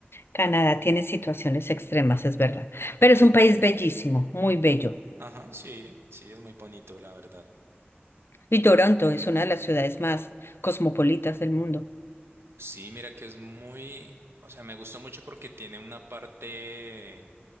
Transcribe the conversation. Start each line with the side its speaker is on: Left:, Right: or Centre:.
Left: Canadá tiene situaciones extremas, es verdad. Pero es un país bellísimo, muy bello.
Right: Ajá, sí, sí, es muy bonito, la verdad.
Left: Y Toronto es una de las ciudades más cosmopolitas del mundo.
Right: Sí, mira que es muy, o sea, me gustó mucho porque tiene una parte